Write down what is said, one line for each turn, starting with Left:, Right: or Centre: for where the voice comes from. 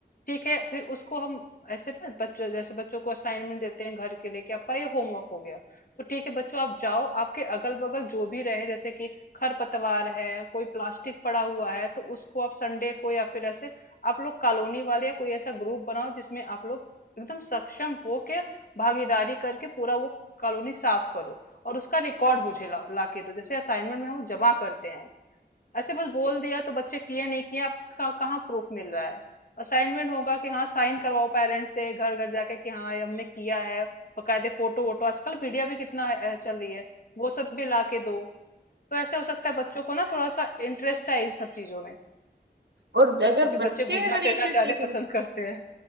Left: ठीक है फिर उसको हम ऐसे ना बच्चों जैसे बच्चों को असाइनमेंट देते हैं घर के लिए कि आपका ये होमवर्क हो गया तो ठीक है बच्चों आप जाओ आपके अगल बगल जो भी रहे जैसे कि खरपतवार है कोई प्लास्टिक पड़ा हुआ है तो उसको आप संडे को या फिर ऐसे आप लोग कॉलोनी वाले या कोई ऐसा ग्रुप बनाओ जिसमें आप लोग एकदम सक्षम हो के भागीदारी करके पूरा वो कॉलोनी साफ करो और उसका रिकॉर्ड मुझे ला, ला के दो जैसे असाइनमेंट में हम जमा करते हैं ऐसे बस बोल दिया तो बच्चे किए नहीं किए आपका कहाँ प्रूफ मिल रहा है असाइनमेंट होगा कि हाँ साइन करवाओ पेरेंट्स से घर घर जाके कि हाँ ये हमने किया है बकायदे फोटो वोटो आजकल पीडिया भी कितना है- चल रही है वो सब भी ला के दो तो ऐसे हो सकता है बच्चों को ना थोड़ा सा इंटरेस्ट है इन सब चीजों में
Right: और अगर
Left: क्योंकि
Right: बच्चे
Left: बच्चे घूमना
Right: अगर ये
Left: फिरना
Right: चीज
Left: ज्यादा
Right: सीख ले
Left: पसंद करते हैं